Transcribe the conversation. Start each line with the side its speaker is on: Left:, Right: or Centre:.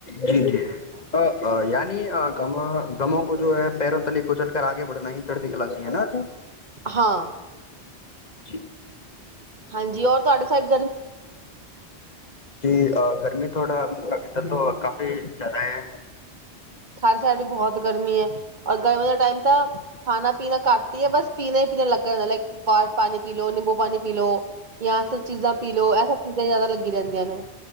Left: ਜੀ-ਜੀ ਅ ਅ ਯਾਨੀ ਗਮੋ ਕੋ ਜੋ ਹੈ ਪੈਰੋਂ ਤਲੇ ਕੁਚਲ ਕਰ ਆਗੇ ਬੜਨਾ ਹੀ ਚੜ੍ਹਦੀ ਕਲਾ ਚ ਹੈ ਨਾ ਜੀ।
Right: ਹਾਂ।
Left: ਜੀ।
Right: ਹਾਂਜੀ ਔਰ ਤੁਹਾਡੇ ਸਾਇਡ
Left: ਜੀ ਅ ਗਰਮੀ ਥੋੜਾ ਇਧਰ ਤੋਂ ਕਾਫ਼ੀ ਜਾਦਾ ਹੈ।
Right: ਸਾਡੇ ਸਾਈਡ ਵੀ ਬਹੁਤ ਗਰਮੀ ਹੈ। ਅ ਗਰਮੀ ਦਾ ਟਾਈਮ ਤਾਂ ਖਾਣਾ ਪੀਣਾ ਘੱਟ ਹੀ ਹੈ ਬਸ ਪੀਣਾ ਹੀ ਪੀਣਾ ਲੱਗਾ ਏ ਲਾਈਕ ਬਾਰ ਪਾਣੀ ਪੀ ਲਓ ਨਿੰਬੂ ਪਾਣੀ ਪੀ ਲੋ। ਜਾਂ ਸਭ ਚੀਜ਼ਾਂ ਪੀ ਲੋ ਇਹ ਸਭ ਚੀਜ਼ਾਂ ਜ਼ਿਆਦਾ ਲੱਗ ਗੀ ਰੰਦੀਆ ਨੇ।